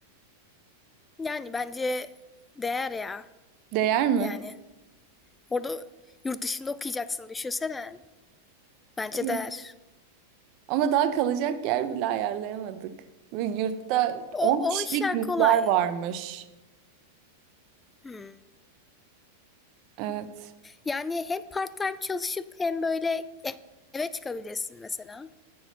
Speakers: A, on the left; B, on the right.
A: Yani bence değer ya.
B: Değer mi?
A: Yani orada yurt dışında okuyacaksın düşünsene. Bence
B: Evet.
A: değer.
B: Ama daha kalacak yer bile ayarlayamadık. Ve yurtta
A: O,
B: 10 kişilik
A: o işler
B: yurtlar
A: kolay.
B: varmış.
A: Hmm.
B: Evet.
A: Yani hem part time çalışıp hem böyle eve çıkabilirsin mesela.